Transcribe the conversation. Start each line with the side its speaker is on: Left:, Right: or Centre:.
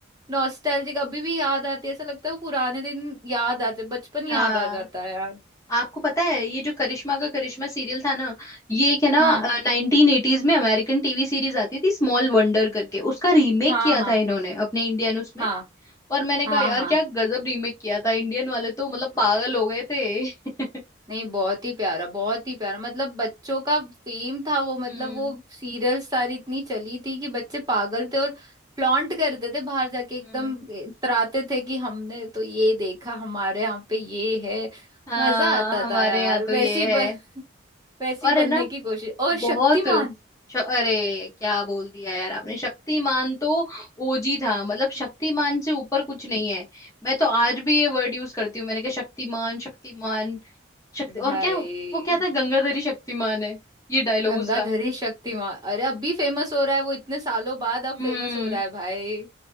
Right: नॉस्टैल्जिक अभी भी याद आती है ऐसा लगता है वो पुराने दिन याद आते बचपन याद
Left: हाँ
Right: आ जाता है यार
Left: आपको पता है ये जो करिश्मा का करिश्मा सीरियल था ना ये एक है ना
Right: हम्म
Left: नाइनटीन एटीज में अमेरिकन टीवी सीरीज आती थी स्मॉल वंडर करके उसका रीमेक
Right: हाँ
Left: किया
Right: हाँ
Left: था इन्होंने अपने इंडियन उसमें
Right: हाँ
Left: और मैंने
Right: हाँ
Left: कहा यार क्या गजब रीमेक किया था इंडियन वाले तो
Right: हाँ
Left: मतलब पागल हो गए थे <laughs>
Right: नहीं बहुत ही प्यारा बहुत ही प्यारा मतलब बच्चों का फेम था वो मतलब
Left: हम्म
Right: वो सीरियल सारी इतनी चली थी कि बच्चे पागल थे और फ्लॉन्ट करते थे बाहर जाके एकदम
Left: हम्म
Right: इतराते थे कि हमने तो ये देखा हमारे यहाँ पे ये है
Left: हाँ
Right: मजा आता
Left: हमारे
Right: था यार
Left: यहाँ तो
Right: वैसी
Left: ये
Right: ब...
Left: है
Right: <laughs> वैसी
Left: और
Right: बनने
Left: है ना
Right: की कोशिश और शक्तिमान
Left: बहुत श- अरे क्या बोल दिया यार आपने शक्तिमान तो ओजी था मतलब शक्तिमान से ऊपर कुछ नहीं
Right: <laughs>
Left: है मैं तो आज भी ये वर्ड यूज करती हूँ मैंने कहा शक्तिमान शक्तिमान शक्ति
Right: भाई
Left: और क्या वो क्या था गंगाधरी शक्तिमान है ये डायलॉग
Right: गंगाधरी
Left: उसका
Right: शक्तिमान अरे अब भी फेमस हो रहा है वो इतने सालों बाद अब
Left: हम्म
Right: फेमस हो रहा है भाई